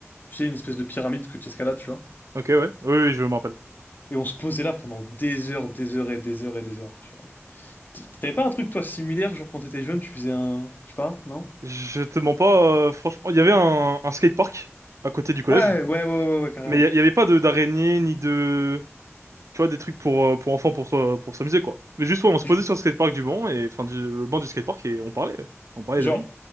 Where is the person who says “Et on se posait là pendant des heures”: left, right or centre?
Left